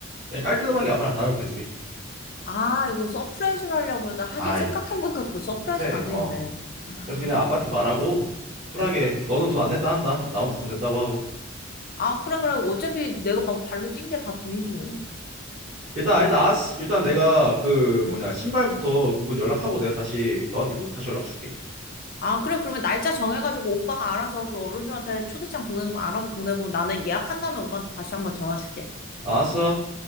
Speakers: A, on the right; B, on the left.
A: 그냥 깔끔하게 아빠랑 다녀올게 둘이.
B: 아, 이거 서프라이즈로 하려고 그러다 하긴
A: 아이
B: 생각해보니까 그거 서프라이즈가
A: 아, 못해.
B: 안 되겠네.
A: 어.
B: 아.
A: 그래서 그냥 아빠한테 말하고
B: 응,
A: 쿨하게
B: 응.
A: 너는 돈 안 냈다 한다. 나 혼자 돈 냈다고 하고.
B: 아, 그래, 그래. 어차피 내가 막 발로 뛴 게 다 돈이지, 뭐.
A: 일단 일단
B: 응,
A: 아스 일단 내가
B: 응,
A: 그
B: 응.
A: 뭐냐 신발부터 그분 연락하고 내가 다시 너한테 뭐 다시 연락 줄게.
B: 아, 그래. 그러면 날짜 정해가지고 오빠가 알아서 그 어른들한테 초대장 보내는 거 알아서 보내고 나는 예약한 다음에 오빠한테 다시 한번 전화 줄게.
A: 알았어.